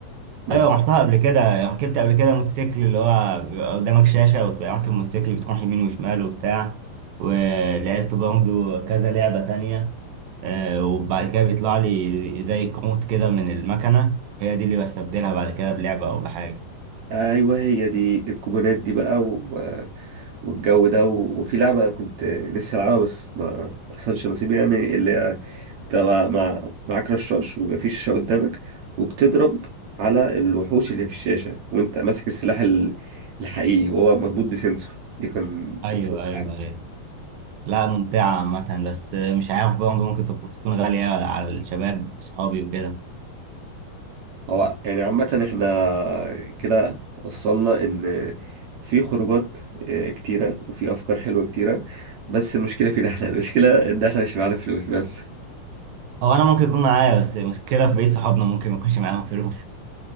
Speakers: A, on the right; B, on the right.
A: بس
B: ايوه رحتها قبل كده يعني ركبت قبل كده موتوسيكل اللي هو بيبقى قدامك شاشه وراكب موتوسيكل بتروح يمين وشمال وبتاع ولعبت برضه كذا لعبه تانية آه، وبعد كده بيطلع لي زي كروت كده من المكنه هي دي اللي بستبدلها بعد كده بلعبه او بحاجه
A: أيوه هي دي الكوبونات دي بقى و... والجو ده و... وفي لعبة كنت نفسي ألعبها بس ما ما حصلش نصيب يعني اللي هي بتبقى مع معاك رشاش ويبقى في شاشة قدامك وبتضرب على الوحوش اللي في الشاشة وأنت ماسك السلاح ال- الحقيقي وهو مربوط بسنسور دي كان كنت
B: ايوه
A: بس
B: ايوه ايوه لا ممتعه عامه بس مش عارف برضه ممكن تب- تكون غاليه على الشباب صحابي وكده
A: هو يعني عامة احنا كده وصلنا ان في خروجات آه، كتيرة وفي افكار حلوة كتيرة بس المشكلة فينا احنا المشكلة ان احنا مش معانا فلوس بس
B: او انا ممكن يكون معايا بس مشكله في بقية صحابنا ممكن ما يكونش معاهم فلوس